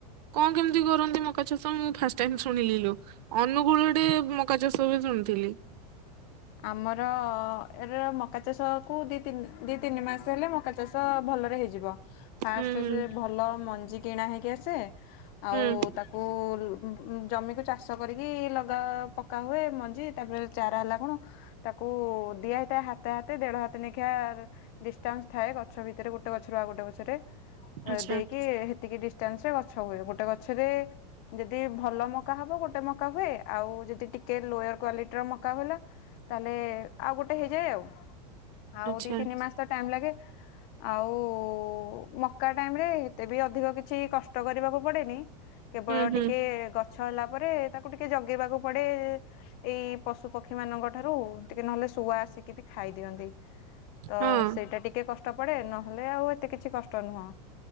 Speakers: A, on the right (about 70°); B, on the left (about 45°).
A: କଣ କେମିତି କରନ୍ତି ମକା ଚାଷ ମୁଁ ଫାଷ୍ଟ ଟାଇମ ଶୁଣିଲି ଲୋ? ଅନୁଗୁଳ ଆଡେ ମକା ଚାଷ ହୁଏ ଶୁଣିଥିଲି।
B: ଆମର ଏରା ମକା ଚାଷକୁ ଦିତିନି ଦିତିନି ମାସେ ହେଲେ ମକା ଚା ଚାଷ ଭଲରେ ହେଇଯିବ। ଫାଷ୍ଟରେ
A: ହୁଁ ହୁଁ
B: ସେ ଭଲ ମଞ୍ଜି କିଣା ହେଇକି ଆସେ
A: ହୁଁ
B: ଆଉ ତାକୁ ଉଁ ଉଁ ଜମିକୁ ଚାଷ କରିକି ଲଗା ପକା ହୁଏ ମଞ୍ଜି ତାପରେ ଚାରା ହେଲା କଣ ତାକୁ ଦିଆ ହେଇଥାଏ ହାତେ ହାତେ ଦେଢ ହାତ ନେଖିଆ ଡିଷ୍ଟାନ୍ସ ଥାଏ ଗଛ ଭିତରେ ଗୋଟେ ଗଛରୁ ଆଉ ଗୋଟେ ଗଛରେ ଅ
A: ଆଚ୍ଛା
B: ଦେଇକି ହେତିକି ଡିଷ୍ ଷ୍ଟାନ୍ସରେ ଗଛ ହୁଏ ଗୋଟେ ଗଛରେ ଯଦି ଭଲ ମକା ହବ ଗୋଟେ ମକା ହୁଏ ଆଉ ଯଦି ଟିକେ ଲୋୟର କ୍ଵାଲିଟିର ମକା ହେଲା ତାହଲେ ଆଉ ଗୋଟେ ହେଇଯାଏ ଆଉ ଆଉ
A: ଆଚ୍ଛା
B: ଦିଇତିନି ମାସ ତ ଟାଇମ ଲାଗେ। ଆଉ ମକା ଟାଇମରେ ଏତେ ବି ଅଧିକ କିଛି କଷ୍ଟ କରିବାକୁ ପଡ଼େନି। କେବଳ
A: ହୁଁ ହୁଁ
B: ଟିକିଏ ଗ ଛ ହେଲା ପରେ ତାକୁ ଟିକେ ଜଗେଇବାକୁ ପଡେ ଏ ଏଇ ପଶୁ ପକ୍ଷୀ ମାନଙ୍କ ଠାରୁ ଟିକେ ନହେଲେ ଶୁଆ ଆସିକି ବି ଖାଇଦିଅନ୍ତି ତ
A: ହଁ
B: ସେଇଟା ଟିକେ କଷ୍ ଟ ପଡେ ନହେଲେ ଆଉ ଏତେ କିଛି କଷ୍ଟ ନୁହଁ